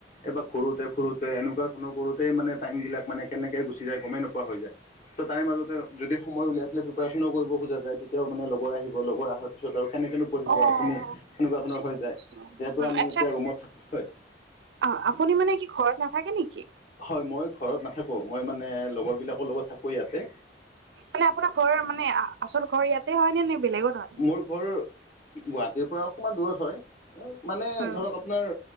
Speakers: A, on the left (about 45°); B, on the right (about 70°).
A: এবাৰ ঘুৰো তে ফুৰোতে এনেকুৱা ধৰণৰ কৰোতে মানে টাইমবিলাক মানে কেনেকৈ গুচি যায় গ'মেই নোপোৱা হৈ যায়। ছ' তাৰে মাজতে যদি সময় উলিয়াই প্ৰিপেয়াৰেশ্যনো কৰিব খোজা যায় তেতিয়াও মানে লগৰ আহিব, লগৰ অহাৰ পিছত আৰু কেনেকেনো পঢ়িব
B: অ
A: আপুনি, এনেকুৱা
B: বুজিছো
A: ধৰণৰ হৈ যায়,
B: বুজিছো
A: যিহেতু
B: উম
A: আমি
B: আচ্ছা
A: এতিয়া ৰুমত থাকোঁ হয়।
B: অ' আপুনি মানে কি ঘৰত নাথাকে নেকি?
A: হয় মই ঘৰত নাথাকো মই মানে লগৰবিলাকৰ লগত থাকো ইয়াতে।
B: মানে আপোনাৰ ঘৰৰ মানে আচল ঘৰ ইয়াতে হয় নে নে বেলেগত হয়?
A: মোৰ ঘৰ গুৱাহাটীৰ পৰা অকণমান দূৰত হয়। মানে
B: উম,
A: ধৰক আপোনাৰ